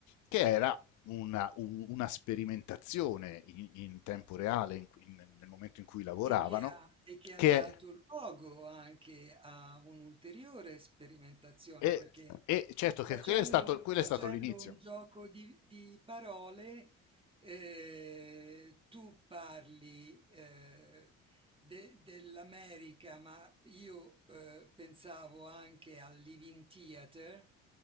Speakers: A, on the left (about 70°); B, on the right (about 20°).
A: che era una, un- una sperimentazione in, in tempo reale in- in- nel momento in cui lavoravano,
B: E che ha e che ha
A: che
B: dato
A: è,
B: luogo anche a un'ulteriore sperimentazione,
A: e-
B: perché
A: e certo che
B: facendo
A: quello è stato, quello
B: facendo
A: è stato l'inizio.
B: un gioco di di parole, ehm, tu parli, ehm, de dell'America, ma io, ehm, pensavo anche al Living Theatre